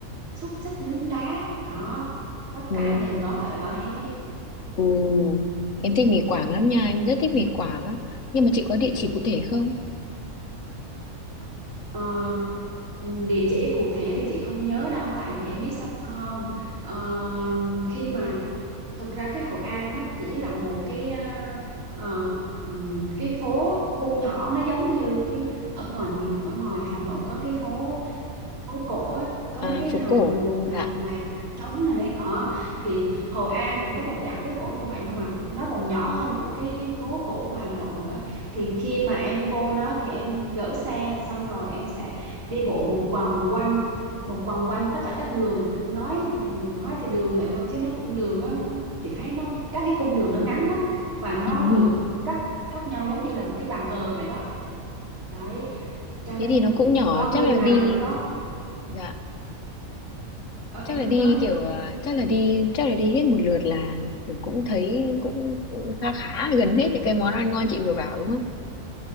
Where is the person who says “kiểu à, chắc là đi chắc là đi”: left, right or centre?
Left